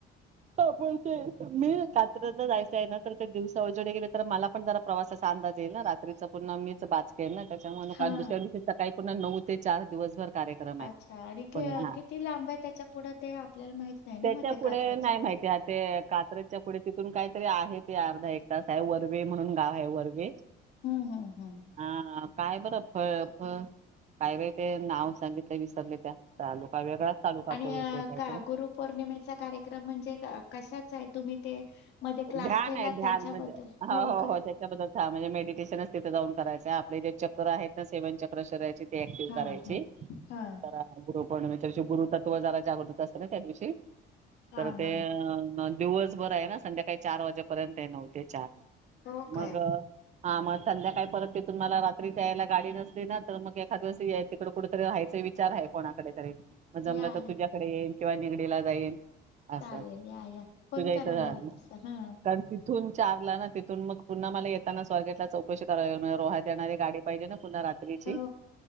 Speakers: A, on the right; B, on the left.
A: ते मी कात्र जायचं आहे ना, तर ते दिवसा उजवडी गेले तर मला पण जरा प्रवासा अंदाज येई ना रात्रीचा पुन्हा मीच <unintelligible> त्याच्या मुळे
B: हा
A: दुसऱ्या दिवशी सकाळी पून्हा नऊ ते चार दिवसभर कार्यक्रम
B: अच्छा!
A: आहे
B: आणि
A: पुन्हा हा
B: किती लांब आहे त्याच्या पुढं ते आपल्याला माहित नाही ना
A: त्याच्या
B: म त्या
A: पुढे
B: कात्रच्या
A: नाही माहिती हाय ते कात्रच्या पुढे तिथून काहीतरी आहे ते अर्धा एक तास आहे वरगे म्हणून गाव आहे वरगे
B: हम्म हम्म हम्म
A: हा. काय बरं फळ फळ काय बाय ते नाव सांगितलं विसरले त्या तालुका वेगळाच तालुका
B: आणि
A: तो येतोय काहीतरी
B: का गुरु पौर्णिमेचा कार्यक्रम म्हणजे कशाच आहे तुम्ही ते मध्ये क्लास
A: ध्यान
B: केला
A: आहे ध्यान
B: त्याच्याबद्दल
A: म्हण हो हो
B: काय
A: हो त्याच्याबद्दल म्हणजे मेडिटेशन. तिथे जाऊन करायचय आपले जे चक्र आहेत, ना सेवन चक्र शरीराचे ऍक्टिव्ह
B: हा
A: करायची
B: हा हा
A: तर असं ग्रुप पौर्णमेच्या दिवशी गुरु तत्व जरा जागृत असत ना, त्या दिवशी
B: हा
A: तर ते
B: हा
A: दिवस बरं आहे ना संध्याकाळी चार वाजेपर्यंत आहे नऊ ते चार
B: हो
A: मग
B: काय
A: हा मग संध्याकाळी परत तिथून मला रात्री जायला गाडी नसली ना, तर मग एखादिवस तिकडे कुठेतरी राहायचं. विचार आहे कोणाकडे तरी म जमलं
B: या
A: तर
B: या
A: तुझ्याकडे येईन किंवा निगडीला जाईन. असं
B: चालेल या या फोन
A: तुझ्या इथं
B: करा मला तस हा.
A: कारण तिथून चारला ना तिथून मग पुन्हा मला येताना स्वारगेटला चौकशी करावी लागणार <unintelligible> येणारी गाडी पाहिजे ना. पुन्हा रात्रीची
B: हो